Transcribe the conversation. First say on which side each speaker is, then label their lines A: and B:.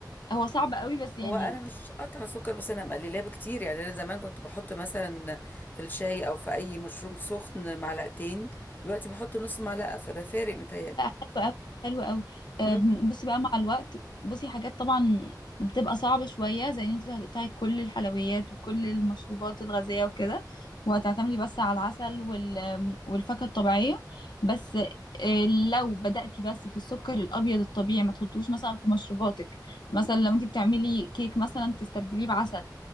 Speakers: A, on the left (about 80°); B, on the left (about 25°).
A: هو صعب قوي بس يعني
B: هو انا مش قطع سكر بس انا مقللاه بكتير يعني انا زمان كنت بحط مثلا في الشاي او في اي مشروب سخن معلقتين دلوقتي بحط نص معلقه فده فارق متهيألي
A: لا حلو قوي حلو قوي آه،
B: مم.
A: بصي بقى مع الوقت بصي حاجات طبعا بتبقى صعبة شوية زي ان انت هتقطعي كل الحلويات وكل المشروبات الغازية وكده وهتعتمدي بس على العسل وال والفاكهة الطبيعية بس آه، لو بدأتي بس في السكر الأبيض الطبيعي ما تحطوش مثلا في مشروباتك مثلا لو انت بتعملي كيك مثلا تستبدليه بعسل